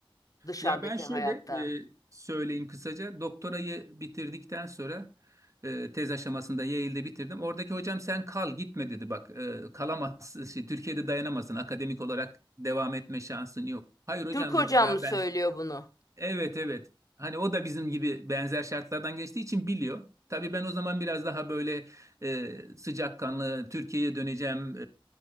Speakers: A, on the left; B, on the right.
A: dışarıdaki
B: Ya ben şöyle
A: hayatta.
B: e, söyleyeyim kısaca. Doktorayı bitirdikten sonra e, tez aşamasında Yale'de bitirdim. Oradaki hocam sen kal gitme dedi. Bak e, kalamazsın. şey, Türkiye'de dayanamazsın. Akademik olarak devam etme şansın yok. Hayır hocam
A: Türk hocam
B: dedim ya
A: mı söylüyor
B: ben
A: bunu?
B: Evet evet. Hani o da bizim gibi benzer şartlardan geçtiği için biliyor. Tabii ben o zaman biraz daha böyle e, sıcakkanlı Türkiye'ye döneceğim